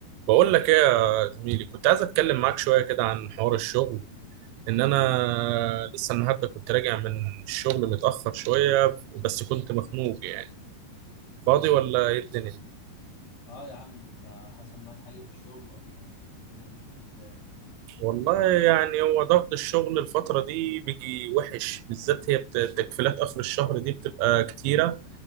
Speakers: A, on the right (about 85°); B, on the left (about 85°).
A: بقول لك ايه يا زميلي كنت عايز اتكلم معاك شويه كده عن حوار الشغل ان انا لسه النهارده كنت راجع من الشغل متاخر شويه بس كنت مخنوق يعني فاضي ولا ايه الدنيا
B: اه يا عم انت حصل معاك حاجة في الشغل ولا الدنيا مشيت ازاي
A: والله يعني هو ضغط الشغل الفتره دي بيجي وحش بالذات هي بت- تكفيلات اخر الشهر دي بتبقى كتيره